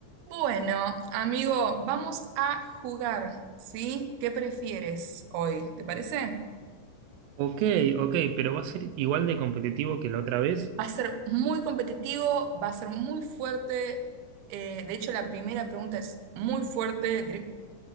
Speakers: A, on the right; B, on the right.
A: Bueno, amigo, vamos a jugar, ¿sí? ¿Qué prefieres hoy? ¿Te parece?
B: Ok, ok, pero va a ser igual de competitivo que la otra vez.
A: Va a ser muy competitivo, va a ser muy fuerte. eh, de hecho, la primera pregunta es muy fuerte direc-